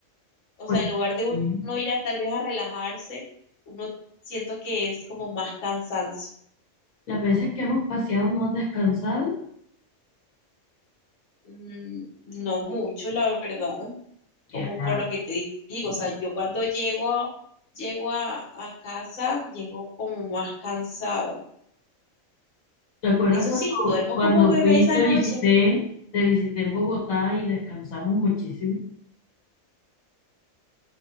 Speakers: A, on the left; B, on the left.
A: O
B: Pues
A: sea, en lugar de uno
B: sí,
A: ir a tal vez a relajarse, uno siento que es como más cansancio.
B: las veces que hemos paseado no has descansado,
A: Mm, no mucho, la verdad,
B: qué
A: como
B: raro.
A: por lo que te di- digo, o sea, yo cuando llego a, llego a, a casa, llego como más cansada.
B: ¿Te acuerdas
A: Eso
B: cuando,
A: sí, duermo
B: cuando
A: como bebé
B: fui
A: esa
B: y te
A: noche.
B: visité, te visité en Bogotá y descansamos muchísimo?